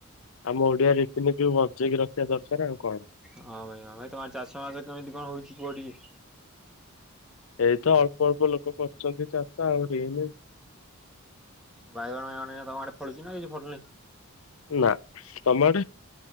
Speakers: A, on the left (about 65°); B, in the centre.
A: ଆମ ଓଡିଆ ରିତିନିତି କି ବଞ୍ଚେଇକି ରଖିବା ଦରକାର ଆଉ କଣ।
B: ହଁ ଭାଇ ହଁ ଭାଇ ତମର ଚାଷ ବାସ କେମିତି କଣ ହଉଛି କୁହ ଟିକେ।
A: ଏଇତ ଅଳ୍ପ ଅଳ୍ପ ଲୋକ କରୁଛନ୍ତି ଚାଷ ହେଇନି।
B: ବାଇଗଣ ବାଇଗଣ ତମର ଫଳୁଚି ନା କିଛି ଫଳୁନି।
A: ନା ତମ ଆଡ଼େ।